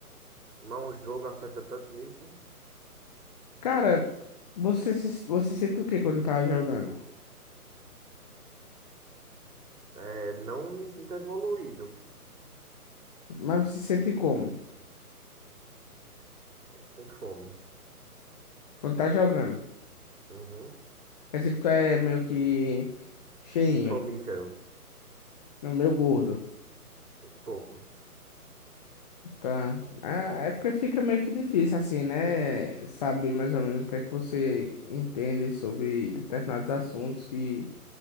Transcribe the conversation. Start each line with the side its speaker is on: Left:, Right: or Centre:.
Right: mas um jogo afeta tanto nisso.
Left: Cara, você se, você sente o que quando tá jogando?
Right: É, não me sinto evoluído
Left: Mas você sente como?
Right: com fome.
Left: Quando tá jogando?
Right: Uhum.
Left: Quer dizer que tu é meio que cheinho,
Right: Fomífero,
Left: não, meio gordo,
Right: um pouco.
Left: tá? Ah, é porque fica meio que difícil assim, né? Saber mais ou menos o que é que você entende sobre determinados assuntos que,